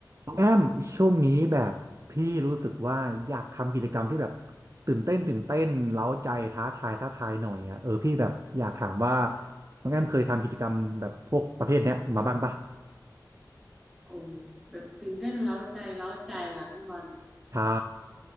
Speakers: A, on the right; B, in the centre.
A: น้องแอมช่วงนี้แบบพี่รู้สึกว่าอยากทำกิจกรรมที่แบบตื่นเต้นตื่นเต้นเร้าใจท้าทายท้าทายหน่อยอ่ะเออพี่แบบอยากถามว่าน้องแอมเคยทำกิจกรรมแบบพวกประเภทเนี้ยมาบ้างปะ
B: โอ้แบบตื่นเต้นเร้าใจเร้าใจล่ะพี่บอล
A: ใช่